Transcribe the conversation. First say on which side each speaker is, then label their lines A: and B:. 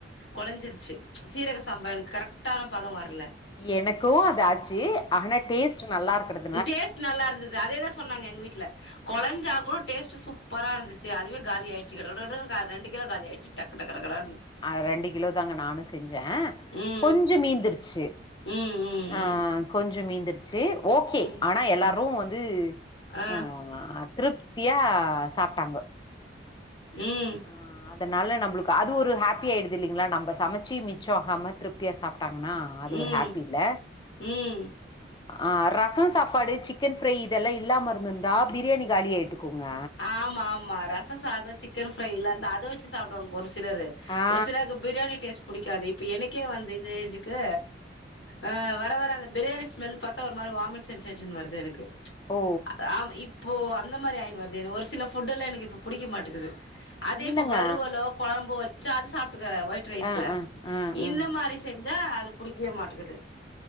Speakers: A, on the left (about 80°); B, on the left (about 25°).
A: கொழஞ்சிருச்சு சீரக சாம்பா எனக்கு கரெக் ட்டான பதம் வர்ல
B: எனக்கு அது ஆச்சி ஆனா டேஸ்ட்டு நல்லாருக்குனு
A: டேஸ்ட் நல்லாருந்தது அதேதா சொன்னாங்க எங்க வீட்ல கொழஞ்சா கூட டேஸ்ட்டு சூப்பரா இருந்துச்சி அதுவே காலியாயிடுச்சி கட கட கடன்னு க ரெண்டு கிலோ காலியாயிடுச்சி டக்கு டக்கட கட கடன்னு
B: அ ரெண்டு கிலோ தாங்க நானு செஞ்ச
A: ம்
B: கொஞ்சோ மீந்திருச்சு
A: ம் ம்
B: ஆ கொஞ்சோ மீந்துரு ச்சு ஓகே
A: ம் ம்
B: ஆனா எல்லாரு
A: ம்
B: வந்து
A: ஆ
B: அ த்திருப்தியா சாப்டாங்க
A: ம்
B: ஆ அதனால நம்மளுக்கு அது ஒரு ஹாப்பி ஆயிடுது இல்லைங்ளா நம்ம சமைச்சு மிச்சம் ஆகாம திருப்தியாக சாப்டாங்ணா அது
A: ம்
B: ஒரு ஹாப்பி இல்ல
A: ம்
B: ஆ ரசம் சாப்பாடு சிக்கன் ஃப்ரை இதெல்லா இல்லாம இருந்து இருந்தா பிரியாணி காலி ஆயிட் ருக்குங்க
A: ஆமா ஆமா ரச சாதம் சிக்கன் ஃப்ரை லாந் அத வச் சி சாப்டுவாங்க ஒரு சிலரு
B: ஆ
A: ஒரு சிலருக்கு பிரியாணி டேஸ்ட் புடிக்காது இப்ப எனக்கே வந்து இந்த ஏஜு க்கு ஆ வர வர அந்த பிரியாணி ஸ்மெல் பாத்தா ஒரு மாரி ஒரு வாமிட் சென்சேஷன் வருது எனக்கு
B: ஓ
A: ஆ ஆம் இப்போ அந்த மாரி ஆயின் வருது எனக் ஒரு சில ஃபுட் எல்லா எனக்கு இப்ப புடிக்க மாட்டுக்குது அதே
B: இல்லங்க
A: இப்ப வறுவலோ கொழம்போ வச்ச அத சாப்டுக்கற ஒயிட் ரைஸ்ல
B: ஆ ஆ ஆ
A: இந்த
B: ஆ
A: மாரி செஞ்சா அது புடிக்வே மாட்டுக்குது